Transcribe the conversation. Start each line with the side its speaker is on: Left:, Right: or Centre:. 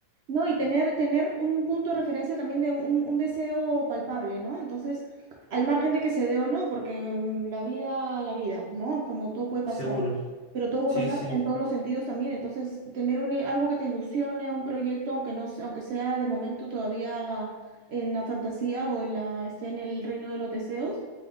Right: No, y tener, tener un punto de referencia también de un, un deseo palpable, ¿no? Entonces, al margen de que se dé o no, porque mm, la vida, la vida, ¿no? Como todo puede
Left: seguro.
Right: pasar, pero todo puede
Left: Sí,
Right: pasar
Left: sí.
Right: en todos los sentidos también. Entonces, tener un, algo que te ilusione, un proyecto, aunque no, sea- aunque sea de momento todavía en la fantasía o en la, esté en el reino de los deseos,